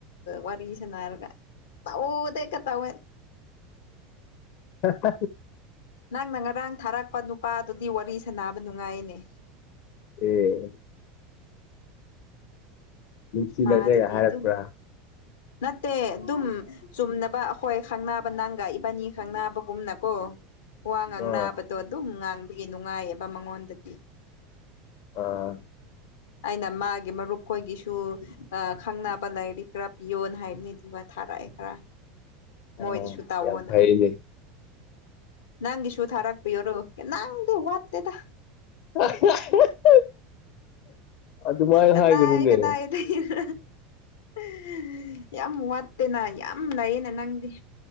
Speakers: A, on the left; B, on the left.
A: ꯋꯥꯔꯤꯔꯤꯁꯟꯅꯔꯒ ꯇꯗꯦ ꯀ ꯇꯋꯥ
B: ꯍ
A: ꯅꯪꯅ ꯉꯔꯥꯡ ꯊꯥꯔꯛꯄ ꯅꯨꯄꯥ ꯑꯗꯨꯗꯤ ꯋꯥꯔꯤ ꯁꯥꯥꯟꯅꯕ ꯅꯨꯡꯉꯥꯏꯅꯦ
B: ꯎꯝ ꯅꯨꯡꯁꯤꯅꯁꯦꯒ
A: ꯃꯥꯗꯨꯗꯤ
B: ꯍꯥꯏꯔꯛꯄ꯭ꯔꯥ?
A: ꯑꯗꯨꯝ ꯅꯠꯇꯦ ꯑꯗꯨꯝ ꯆꯨꯝꯅꯕ ꯑꯈꯣꯏ ꯈꯪ ꯅꯥꯕ ꯅꯪꯒ ꯏꯕꯥꯅꯤ ꯈꯪꯅꯥꯕꯒꯨꯝꯅꯀꯣ ꯋꯥ ꯉꯥꯡꯅꯥꯕꯗꯣ
B: ꯑ
A: ꯑꯗꯨꯝ ꯉꯥꯡ ꯈꯣꯏꯒꯤ ꯅꯨꯡꯉꯥꯏꯌꯦꯕ ꯃꯉꯣꯟꯗꯗꯤ꯫
B: ꯑꯥ
A: ꯑꯩꯅ ꯃꯥꯒꯤ ꯃꯔꯨꯞ ꯈꯣꯏꯒꯤꯁꯨ ꯑꯩ ꯈꯪꯅꯕ ꯂꯥꯏꯔꯤꯛ ꯈꯔ ꯄꯤꯌꯣꯅ ꯍꯥꯏꯕꯅꯤ ꯑꯗꯨꯒ ꯊꯥꯔꯛꯑꯦ ꯈꯔ꯫ ꯃꯣꯏꯗꯁꯨ
B: ꯑ
A: ꯇꯥꯛꯑꯣꯅ꯫
B: ꯌꯥꯝ ꯐꯩꯅꯦ
A: ꯅꯪꯒꯤꯁꯨꯨ ꯊꯥꯔꯛꯄꯤꯌꯣꯔꯣ ꯀꯅꯪꯗꯤ ꯋꯥꯠꯇꯦꯗ꯫
B: <unintelligible> ꯑꯗꯨꯃꯥꯏ
A: ꯀꯗꯥꯏ
B: ꯍꯥꯏꯒꯅꯨꯅꯦ꯫
A: ꯀꯗꯥꯏꯗꯒꯤ <unintelligible> ꯌꯥꯝ ꯋꯥꯠꯇꯦꯅ ꯌꯥꯝ ꯂꯩꯌꯦꯅ ꯅꯪꯗꯤ꯫